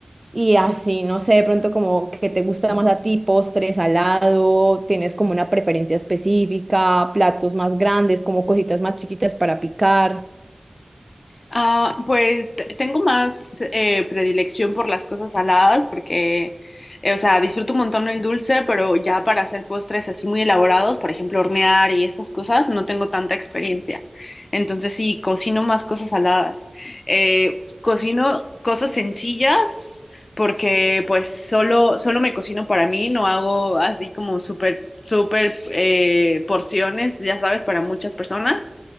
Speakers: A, on the right; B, on the left.
A: y así, no sé, de pronto como que te gusta más a ti, postres, salado, tienes como una preferencia específica, platos más grandes, como cositas más chiquitas para picar.
B: Ah, pues tengo más eh, predilección por las cosas saladas porque, eh, o sea, disfruto un montón el dulce, pero ya para hacer postres así muy elaborados, por ejemplo, hornear y estas cosas, no tengo tanta experiencia. Entonces sí, cocino más cosas saladas. Eh, cocino cosas sencillas porque pues solo, solo me cocino para mí, no hago así como súper, súper eh, porciones, ya sabes, para muchas personas.